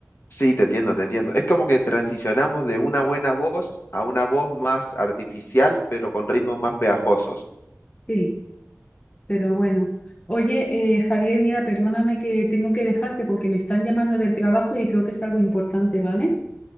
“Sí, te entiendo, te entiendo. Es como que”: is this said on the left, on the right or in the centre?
Left